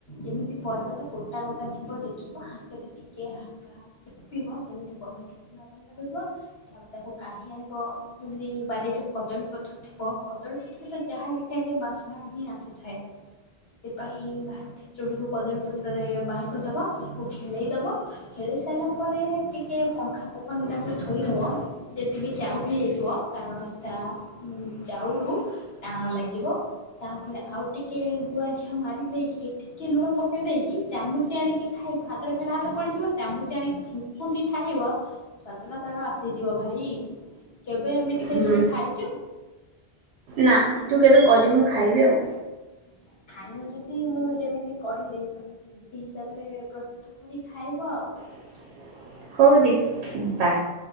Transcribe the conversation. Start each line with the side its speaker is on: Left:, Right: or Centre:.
Left: ଯେମିତି ପରିବାର ଗୋଟା ଗୋଟା ଥିବ ଦେଖି ହାତରେ ଟିକେ ହାଲକା ଚୀପିବ ଯେମିତି ପରିବା ଟିକେ ନରମ ଲାଗୁିବ ତାପରେ ତାକୁ କାଢ଼ି ଆଣିବ। ଯେମିତି ବାରିରେ କଦଳୀପତ୍ର ଥିବ କଦଳୀପତ୍ର ତ ଯାହା ବି ଖାଇଲେ ବାସ୍ନା ହିଁ ଆସିଥାଏ। ସେଥିପାଇଁ ବାହାର ଖେଚୁକୁ କଦଳୀ ପତ୍ରରେ ବାହାର କରିଦବ ତାକୁ ଖେଳେଇଦବ ଖେଳେଇ ଖେଳେଇ ସାରିଲା ପରେ ଟିକେ ପଙ୍ଖା ପଵନେ ତାକୁ ଧଥୋଇଦବ ଯଦି ବି ଯାଉ ହେଇ ଯାଇ ଥିବ କାରଣ ସେଟା ଯାଉରୁ ଟାଣ ଲାଗିବ। ତାପରେ ଆଉ ଟିକେ ଗୁଆ ଘିଅ ମାରି ଦେଇକି ଟିକେ ଲୁଣ ପକେଇ ଦେଇକି ଚାମୁଚି ଆଣିକି ଖାଇ ଖାଇ ହାତରେ ଖାଇଲେ ହାତ ପଡିଯିବ ଚାମୁଚି ଆଣି ଫୁଣ୍ ଖାଇବ ସତଲ ତାର ଆସିଯିବ ଭାଇ କି କେବେ ଏମିତି ଖେଚଡି
Right: ହୁଁ।
Left: ଖାଇଚୁ
Right: ନା ତୁ କେବେ କରିବୁ ମୁଁ ଖାଇବି ଆଉ
Left: ଆଛା ଖାଇନ ଯଦି ମୁଁ ଯେମିତି କହିଲି ତମେ ସେମିତି ହିସାବରେ ପ୍ରସ୍ତୁତ କରି ଖାଇବ ଆଉ
Right: <inaudible> ହଉ ଦେଖିବା